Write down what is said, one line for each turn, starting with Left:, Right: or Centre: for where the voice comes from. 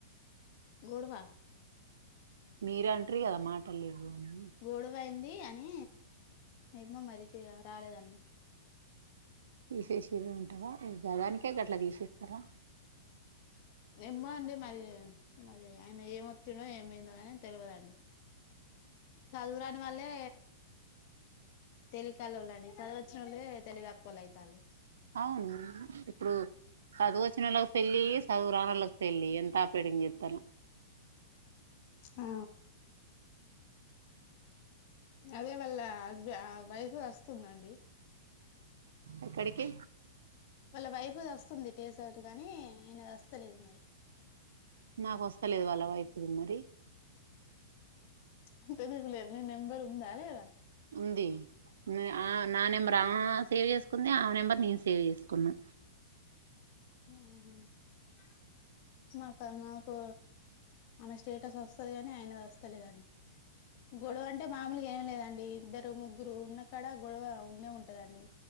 Left: గొడవా
Right: మీరే అంట్రి కదా మాటలు లేవు అని
Left: గోడువయ్ యింది అని ఏమో మరి రాలేదండి
Right: తీసేసిర్రు అంటావా గదానికే గట్లా తీసేస్తారా
Left: ఎమ్మో అండి మరి మరి ఆయన ఏమోతిండో ఏమైందో అని తెలువదండి సదువురాని వాళ్ళే తెలికల వాళ్ళండి చదువచ్చిన వాళ్ళే తెలివిగక్కోళ్ళ అయితారు
Right: అవును ఇప్పుడు చదువు వచ్చిన వాళ్ళకి పెళ్ళి చదువు రానోళ్ళకి పెళ్ళి ఎంత పెడింగ్ చేతన
Left: అ అదే వల్ల హస్బా ఆ వైఫ్ వస్తుందండి
Right: ఎక్కడికి
Left: వాళ్ళ వైఫుది వస్తుంది టేసర్ కానీ ఆయనది వస్తలేదు మరి
Right: నాకోస్తలేదు వల్ల వైఫుది మరి
Left: అంటే దీకులో నీ నెంబర్ ఉందా లేదా
Right: ఉంది ఆ నా నెంబర్ ఆమె సేవ్ చేసుకుంది ఆమె నెంబర్ నేను సేవ్ చేసుకున్నా
Left: ఉమ్ హు ఆ మాకా మాకు ఆమె స్టేటస్ వస్తది కాని ఆయనది వస్తలేదన్ గొడవ అంటే మామూలుగా ఏం లేదండి ఇద్దరు ముగ్గురు ఉన్న కాడ గొడవ ఉండే ఉంటదండి